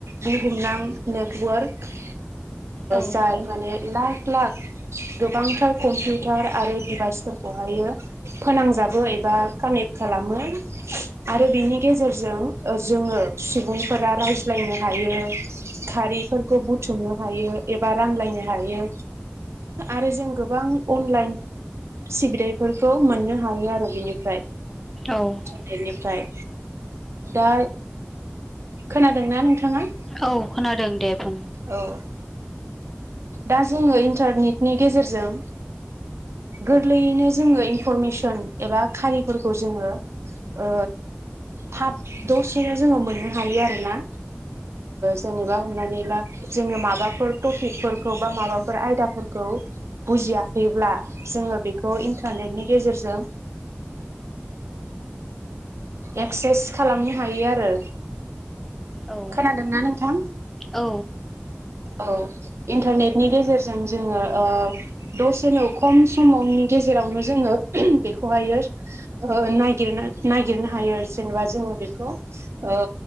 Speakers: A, on the right; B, in the centre.
A: बुहुमनां नेटवर्क
B: औ
A: जाय माने लाख लाख गोबांथार कम्पिउटार आरो दिभाइस मानसिफोरखौहायो फोनांजाबो एबा कानेक्ट खालामो आरो बेनि गेजेरजों जोङो सुबुंफोरा रायज्लायनो हायो खारिफोरखौ बुथुमनो हायो एबा रानलायनो हायो आरो जों गोबां अनलाइन सिग्रेफोरखौ मोननो हायो आरो बिनिफ्राय
B: औ
A: बेनिफ्राय दा खोनादोंना नोंथाङा
B: औ खोनादों दे बुं
A: औ दा जोङो इन्टारनेटनि गेजेरजों गोरलैयैनो जोङो इनफरमेसन एबा खारिफोरखौ जोङो ओ थाब दसेनो जोङो मोननो हायो आरोना जेनेबा हमनानै ला जोङो माबाफोर टपिकफोर खौ बा माबाफोर आयदाफोरखौ बुजियाखैब्ला जोङो बेखौ इन्टारनेटनि गेजेरजों एक्सारसाइस खालामनो हायो आरो
B: औ
A: खोनादोंना नोंथां
B: औ
A: औ इन्टारनेटनि गेजेरजों जोङो दसेनो खम समावनि गेजेरावनो जोङो बेखौहायो नागिरना नागिरनो हायो जेनेबा जोङो बेखौ ओ